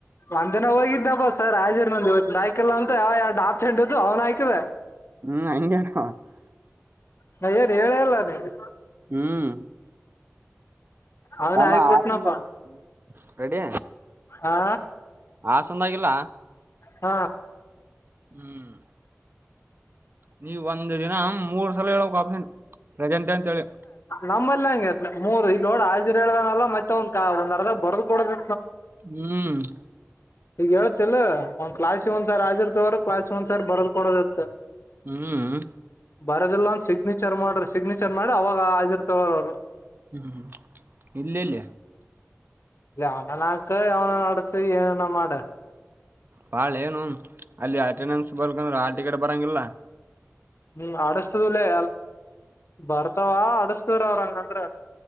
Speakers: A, on the left; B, on the right.
A: ಒಂದ್ನ ಹೋಗಿದ್ನಪ್ಪ ಸರ್ ರಾಜಿರ ನಂದ ಇವತ್ತ <unintelligible> ಕಿಲ್ಲ ಅಂತ ಅವ ಯಾರ್ಡ್ ಆಪ್ಸಂಟ್ ಇದ್ದು ಅವ್ನ ಆಕಿದ.
B: ಹ್ಮ್ ಹಂಗೆ. <unintelligible>
A: ನ ಏನ್ ಹೇಳೆ ಇಲ್ಲ ನಿನ.
B: ಹ್ಮ್.
A: ಅವನ
B: ತಮ್ಮ
A: ಹಾಕ್ಬಿಟ್ನಪ್ಪ
B: <unintelligible> ರೆಡಿ
A: ಹಾ
B: ಅಸ. ಚಂದಾಗಿಲ್ಲ.
A: ಹ.
B: ಹ್ಮ್ ನೀ ಒಂದ ದಿನ ಮೂರ್ ಸಲ ಹೇಳ ಬೇಕ್ ಆಪ್ಷನ್. ಪ್ರಜಂಟ ಅಂತ ಹೇಳಿ.
A: ನಮ್ಮಲ್ಲಿ ಹಂಗ ಏತಲ್ ಮೂರ್ ಈಗ ನೋಡ ಹಾ ಜೆರೋ ಹೇಳ್ದನಲ್ಲ ಮತ್ತ ಒಂದ ಕ ಒಂದ್ ಅರ್ದ ಬರದ ಕೊಡೋದ.
B: ಹ್ಮ್.
A: ಈಗ ಹೇತಿಲ್ಲ ಒಂದ್ ಕ್ಲಾಸ್ ಒಂದ್ ಸರ್ ಆಿರ್ತವ್ರರು ಕ್ಲಾಸ್ ಒಂದ್ ಸರ್ ಬರದ್ ಕೊಡದತ್ತ
B: ಹ್ಮ್
A: ಬರೋದಿಲ್ಲ ಅಂದ ಸಿಗ್ನಿಚರ್ ಮಾಡ್ರಿ ಸಿಗ್ನಿಚರ್ ಮಾಡಿ ಅವಾಗ ಹಾಜಿರ್ತವ ಅವರು
B: ಹ್ಮ್್ಮ ಇಲ್ಲ ಇಲ್ಲ
A: ಯಾವನ ಹಾಕ ಯಾವನ ಅಡಸ ಏನನ ಮಾಡ
B: ಬಾಳೇನು ಅಲ್ಲಿ ಅಟೆಂಡೆನ್ಸ್ ಬಲ್ಕಂದ್ರೂ ಆ ಟಿಕೆಟ್ ಬರೋಂಗಿಲ್ಲ
A: ಹ್ಮ್ ಅಡಸ್ತದಲ್ಲೇ ಎಲ್ ಬರ್ತಾವ ಅಡಸ್ತ್ರ ಅವ್ರಂಗಂದ್ರ